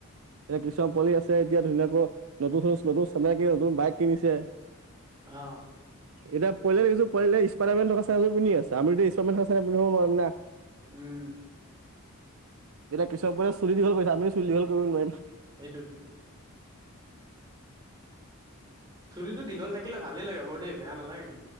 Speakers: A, on the right; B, on the right.
A: এতিয়া কিছুমান পোৱালি আছে এতিয়া ধুনীয়াকৈ নতুন নতুন চিনাকি নতুন বাইক কিনিছে।
B: অ।
A: এতিয়া পোৱালি দেখিছো স্পাইডাৰমেন চা ইজ পিন্ধি আছে আ মি ইস্কপ্ৰাইডামেন পিন্ধাব নোৱাৰিম ন।
B: উম।
A: এতিয়া কিছৰ পুৰা চুলি দীঘল কৰিছে আমি চুলি দীঘল কৰিব নোৱাৰিম।
B: সেইটোত চুলিটো দীঘল থাকিলে ভালেই লাগে বৰ দেই বেয়া নালাগে।